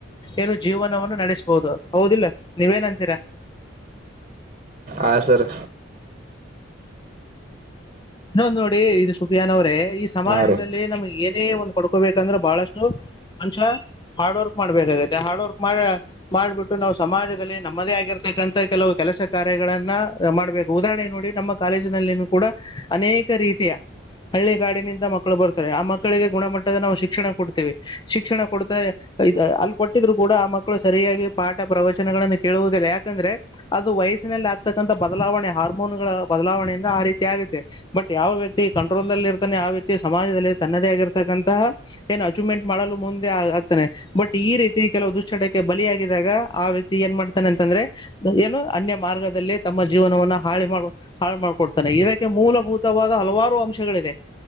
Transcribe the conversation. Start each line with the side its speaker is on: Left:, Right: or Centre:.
Left: ಏನು ಜೀವನವನ್ನು ನಡೆಸಬಹುದು ಹೌದಿಲ್ಲ ನೀವೇನಂತೀರಾ
Right: ಆ ಸರ್.
Left: ಇನ್ನೊಂದು ನೋಡಿ ಇದು ಸುಫಿಯಾನ್ ಅವ್ರೆ ಈ ಸಮಾಜದಲ್ಲಿ
Right: ಹಾಂ ರೀ
Left: ನಮ್ಗ ಏನ್ ಪಡ್ಕೋಬೇಕಂದ್ರ ಬಹಳಷ್ಟು ಮನುಷ್ಯ ಹಾರ್ಡ್ ವರ್ಕ್ ಮಾಡ್ಬೇಕಾಗೆ ಹಾರ್ಡ್ ವರ್ಕ್ ಮಾಡ ಮಾಡ್ಬಿಟ್ಟು ನಾವು ಸಮಾಜದಲ್ಲಿ ನಮ್ಮದೇ ಆಗಿರ್ತಕ್ಕಂತ ಕೆಲವು ಕೆಲಸ ಕಾರ್ಯಗಳನ್ನ ಮಾಡ್ಬೇಕು ಉದಾಹರಣೆಗೆ ನೋಡಿ ನಮ್ಮ ಕಾಲೇಜಿನಲ್ಲಿನೂ ಕೂಡ ಅನೇಕ ರೀತಿಯ ಹಳ್ಳಿ ಗಾಡಿನಿಂದ ಮಕ್ಕಳು ಬರ್ತಾರೆ ಆ ಮಕ್ಕಳಿಗೆ ಗುಣಮಟ್ಟದ ನಾವು ಶಿಕ್ಷಣ ಕೊಡ್ತೀವಿ ಶಿಕ್ಷಣ ಕೊಡ್ತಾ ಅಲ್ಲಿ ಕೊಟ್ಟಿದ್ರು ಕೂಡ ಆ ಮಕ್ಕಳು ಸರಿಯಾಗಿ ಪಾಠ ಪ್ರವಚನಗಳನ್ನ ಕೇಳುವುದಿಲ್ಲ ಯಾಕಂದ್ರೆ ಅದು ವಯಸ್ಸಿನಲ್ಲಿ ಆಗ್ತಕ್ಕಂಥ ಬದಲಾವಣೆ ಹಾರ್ಮೋನ್ಗಳ ಬದಲಾವಣೆಯಿಂದ ಆ ರೀತಿ ಆಗ ತೆ ಬಟ್ ಯಾವ ವ್ಯಕ್ತಿ ಕಂಟ್ರೋಲ್ಲ್ಲಿ ಇರ್ತಾನೆ ಆ ವ್ಯಕ್ತಿ ಸಮಾಜದಲ್ಲಿ ತನ್ನದೇ ಆಗಿರ್ತಕ್ಕಂತಹ ಏನು ಅಚೀವ್ಮೆಂಟ್ ಮಾಡಲು ಮುಂದೆ ಆಗ್ತಾನೆ ಬಟ್ ಈ ರೀತಿ ಕೆಲವು ದುಶ್ಚಟಕ್ಕೆ ಬಲಿಯಾಗಿದ್ದಾಗ ಆ ವ್ಯಕ್ತಿ ಏನ್ ಮಾಡ್ತಾನ ಅಂತಂದ್ರೆ ಏನು ಅನ್ಯ ಮಾರ್ಗದಲ್ಲಿ ತಮ್ಮ ಜೀವನವನ್ನ ಹಾಳಿ ಮಾಡ ಹಾಳ ಮಾಡ್ಕೊಡ್ತಾನೆ ಇದ್ ಮೂಲಭೂತವಾದ ಹಲವಾರು ಅಂಶಗಳಿದೆ